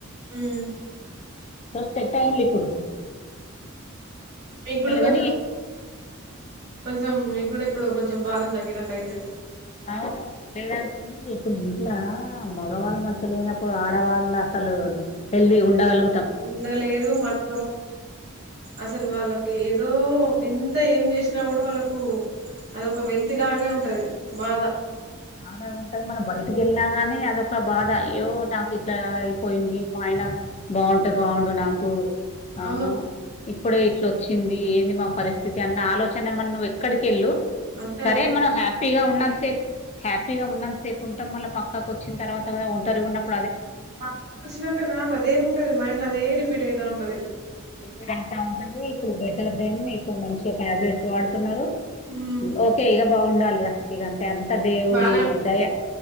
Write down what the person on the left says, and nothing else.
సెట్ అయింది ఇప్పుడు
గానీ
అవును లేదంటే ఇప్పుడు ఇలా మగవాళ్ళు మంచిగా లేనప్పుడు ఆడవాళ్ళు అసలు హెల్దీ ఉండవళ్ళు
బాగా ఉంటది మన బయ టికెళ్ళినా గానీ అదొక బాధ అయ్యో నాకు ఇట్లా అయిపోయింది మా ఆయన బాగుంటే బాగుం డు నాకు ఆ
ఇప్పుడే ఇట్లొచ్చింది ఏంది మా పరిస్థితి అన్న ఆలోచన మన్ నువ్ ఎక్కడికి వెళ్ళు
సరే
మనం హ్యాపీగా ఉన్నంతసేపు హ్యాపీగా ఉన్నాంత సేపు ఉంటాం మళ్ళా పక్కకు వచ్చిన తర్వాత కద ఒంటరిగా ఉన్నప్
ఇక్కడ అంత ఉంటది ఇప్పుడు బెటర్ దెన్ ఇప్పుడు మంచి టాబ్లెట్స్ వాడుతున్నారు
ఓకే ఈగ బాగుండాలిరా ఇగంతె అంత దేవుడి
దయ